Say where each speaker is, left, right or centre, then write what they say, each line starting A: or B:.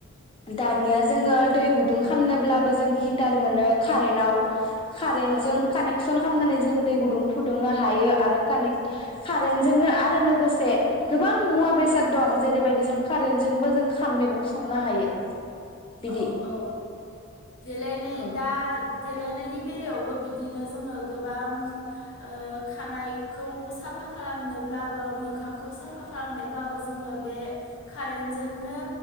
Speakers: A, on the left; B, on the left.
A: दानिया
B: औ
A: जोङो दै गुदुं खामनोब्लाबो जों कार मोनो‌ कारेनाव कारेनजों
B: औ
A: कानेकसन खामनानै जों दै गुदुं फुदुंनो हायो आरो कानेक कारेन्टजोंनो आरो लोगोसे गोबां मुवा बेसाद दं जेरैबायदि जों कारेन्टजोंबो जों खाम मैगं संनो हायो बिदि
B: औ औ देलायनाय
A: औ
B: दा देलायनायनि बेलायावबो बिदिनो जोङो गोबां ओ खानाइखौ साफा खालामनोब्लाबो मोखांखौ साफा खालामनोब्लाबो जोङो बे कारेन्टजोंनो